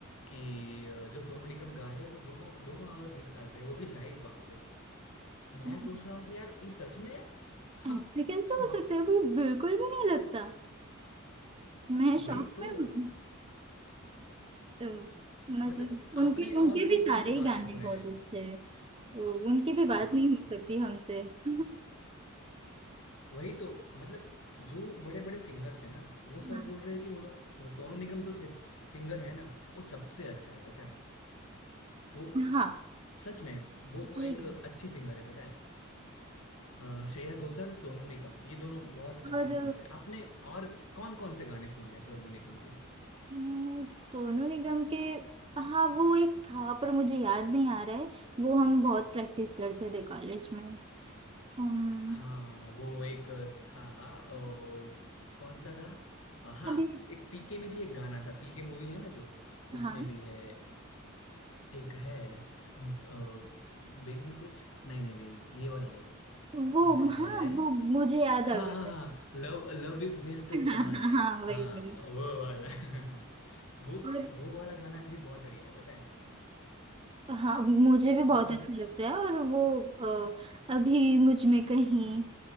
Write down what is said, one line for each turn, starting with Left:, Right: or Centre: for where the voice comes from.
Left: कि अ, जो सोनू निगम गा रहे हैं वो दोनों दोनों आवाज निकाल रहे हैं वो भी लाइव वहां पे मैं
Right: हम्म।
Left: सोच रहा हूँ कि यार ये सच में है हाँ,
Right: ऐसे कैसे
Left: हाँ,
Right: हो सकता है वो बिल्कुल भी नहीं लगता मैं
Left: वही
Right: शॉक
Left: तो
Right: में हूँ। अ, मतलब
Left: मतलब
Right: उनके
Left: आपने
Right: उनके
Left: और कौन
Right: भी
Left: कौन
Right: सारे
Left: से गाने
Right: ही गाने
Left: सुने
Right: बहुत
Left: हैं
Right: अच्छे हैं अ, उनकी भी
Left: हाँ
Right: बात नहीं हो सकती हमसे <laughs>
Left: वही तो मतलब जो बड़े बड़े सिंगर्स हैं ना वो
Right: हाँ
Left: सब बोल रहे हैं कि उन्हों वो सोनू निगम जो सिंगर है ना वो सबसे अच्छा है पता है वो
Right: हाँ
Left: सच में वो
Right: सही
Left: एक
Right: है
Left: अच्छे सिंगर है पता है अ, श्रेया घोषाल सोनू निगम ये दोनों बहुत
Right: और
Left: अच्छे सिंगर है आपने और कौन कौन से गाने सुने हैं सोनू निगम के
Right: हम्म, सोनू निगम के हाँ वो एक था पर मुझे याद नहीं आ रहा है वो हम बहुत प्रैक्टिस करते थे कॉलेज में हम
Left: हाँ वो एक था ओ, कौन सा था अ, हाँ
Right: अभी
Left: एक पीके में भी एक गाना था पीके मूवी है ना जो उसमें
Right: हाँ
Left: भी है एक है ब- अ, बिन कुछ नहीं नहीं नहीं ये वाला नहीं
Right: वो
Left: एक है
Right: हाँ वो मुझे याद
Left: हाँ
Right: आ गया
Left: हाँ हाँ love love is waste
Right: <laughs>
Left: of
Right: हाँ
Left: time
Right: हाँ हाँ,
Left: हाँ
Right: वही वही
Left: वो वाला <laughs> वो
Right: और
Left: वो वाला गाना भी बहुत बढ़िया है पता है
Right: हाँ मुझे भी बहुत
Left: बहुत
Right: अच्छा लगता है और वो अ, अभी मुझ में कहीं